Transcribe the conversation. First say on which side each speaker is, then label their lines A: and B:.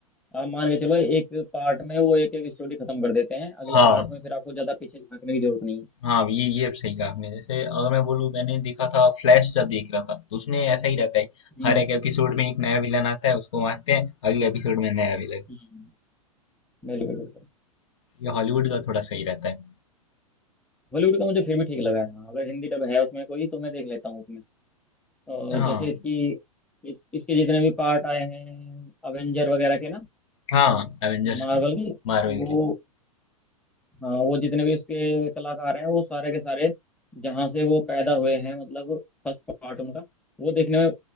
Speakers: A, in the centre; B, on the left.
A: आप मान के चलो एक पार्ट में वो एक एक स्टोरी खत्म कर देते हैं अगले
B: हाँ
A: पार्ट में फिर आपको ज्यादा पीछे झांकने की जरूरत नहीं है
B: हाँ ये ये अब सही कहा आपने जैसे अगर मैं बोलूँ मैंने देखा था फ्लैश जब देख रहा था तो उसमें ऐसा ही रहता है
A: हम्म
B: हर एक एपिसोड में एक नया विलन आता है उसको मारते हैं अगले एपिसोड में नया विलन
A: हम्म, बिल्कुल बिल्कुल
B: ये हॉलीवुड का थोड़ा सही रहता है
A: हॉलीवुड का मुझे फिर भी ठीक लगा है हाँ, अगर हिंदी डब है उसमें कोई तो मैं देख लेता हूँ उसमें और
B: हाँ
A: जैसे इसकी इस इसके जितने भी पार्ट आए हैं अवेंजर वगैरह के ना
B: हाँ एवेंजर्स
A: मार्वल
B: के
A: के
B: मार्वल
A: वो
B: के
A: हाँ वो जितने भी इसके कलाकार हैं वो सारे के सारे जहाँ से वो पैदा हुए हैं मतलब फर्स्ट पार्ट उनका वो देखने में